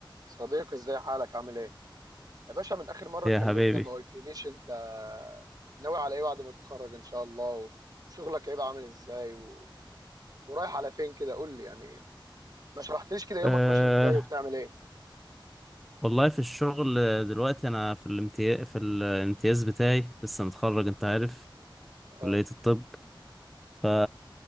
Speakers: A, on the right; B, in the centre.
A: صديقي ازاي حالك عامل ايه يا باشا من اخر مره
B: يا
A: اتكلمنا
B: حبيبي
A: ما قلتليش انت ناوي على ايه بعد ما تتخرج ان شاء الله وشغلك هيبقى عامل ازاي و... ورايح على فين كده قول لي يعني ما شرحتليش كده يومك
B: أه
A: ماشي ازاي وبتعمل ايه
B: والله في الشغل دلوقتي انا في الامتياز في الامتياز بتاعي لسه متخرج انت عارف
A: اه
B: كلية الطب ف